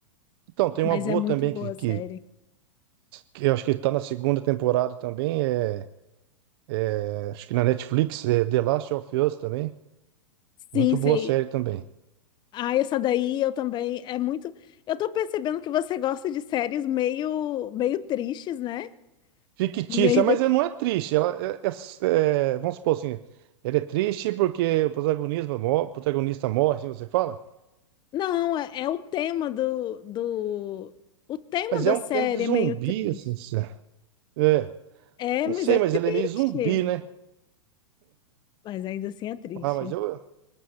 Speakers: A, on the right; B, on the left.
A: Então, tem
B: Mas
A: uma boa
B: é muito
A: também
B: boa
A: que,
B: a
A: que,
B: série.
A: que eu acho que tá na segunda temporada também. É, é, acho que na Netflix, é The Last of Us também.
B: Sim,
A: Muito
B: sei.
A: boa série também.
B: Ah, essa daí eu também é muito. Eu tô percebendo que você gosta de séries meio, meio tristes, né?
A: Fictícia,
B: Meio
A: mas
B: de-
A: ela não é triste. Ela é, é- é- vamos supor assim, ela é triste porque o protagonista, mo- o protagonista morre, assim você fala.
B: Não, é, é o tema do, do. O tema
A: Mas
B: da
A: é um
B: série
A: tema de zumbi,
B: é meio triste.
A: assim. se- É,
B: É,
A: não
B: mas
A: sei,
B: é
A: mas
B: triste.
A: ele é meio zumbi, né?
B: Mas ainda assim é triste.
A: Ah, mas eu,